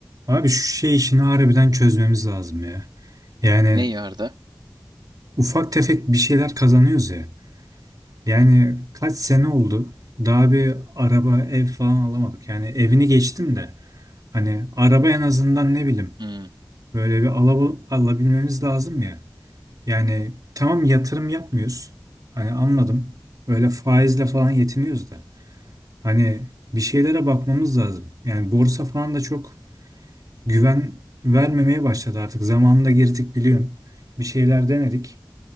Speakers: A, on the right (about 50°); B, on the right (about 75°).
A: Abi şu şey işini harbiden çözmemiz lazım ya. Yani
B: Ne yarda?
A: ufak tefek bir şeyler kazanıyoruz ya. Yani kaç sene oldu? Daha bir araba, ev falan alamadık. Yani evini geçtim de hani araba en azından ne bileyim
B: Hmm,
A: böyle bir alab alabilmemiz lazım ya. Yani tamam yatırım yapmıyoruz. Hani anladım. Öyle faizle falan yetiniyoruz da. Hani bir şeylere bakmamız lazım. Yani borsa falan da çok güven vermemeye başladı artık. Zamanında girdik biliyorsun. Bir şeyler denedik.